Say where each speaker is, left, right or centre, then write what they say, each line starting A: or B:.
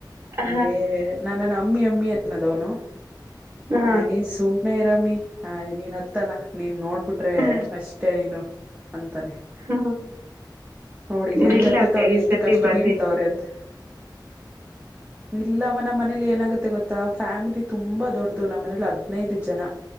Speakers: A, on the right; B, on the right.
A: ಹಾ.
B: ಎ ಅಮ್ಮಿ ಅಮ್ಮಿ ನದಾವನು
A: ಹಾ
B: ಅ ಸುಮನೆ ರಾಮೀ ಹ ನೀನ್ ಅತ್ತಲ್ಲಾ ನೀನ್ ನೋಡ್ ಬಿಿಟ್ರೆ
A: ಹಾ
B: ಅಷ್ಟೇ ನೀನು ಅಂತಾನೆ
A: ಹಾ.
B: ನೋಡಿಲಿ
A: ನಿಲ್ಲಕ್ಕ
B: ಹೆಂಗತ್ತತವ್ರ
A: ಈ
B: ಎಷ್ಟು
A: ಸತಿ
B: ಕಷ್ಟ
A: ಬನ್ನಿ.
B: ಬೀಳ್ತವ್ರ ಅಂತ ಇಲ್ಲಮ್ಮ ನಮ್ಮ ಮನೇಲಿ ಏನಾಗತ್ತೆ ಗೊತ್ತಾ ಫ್ಯಾಮಿಲಿ ತುಂಬಾ ದೊಡ್ಡ ದು ನಮ್ಮ ಮನೇಲಿ ಹದ್ನೈದು ಜನ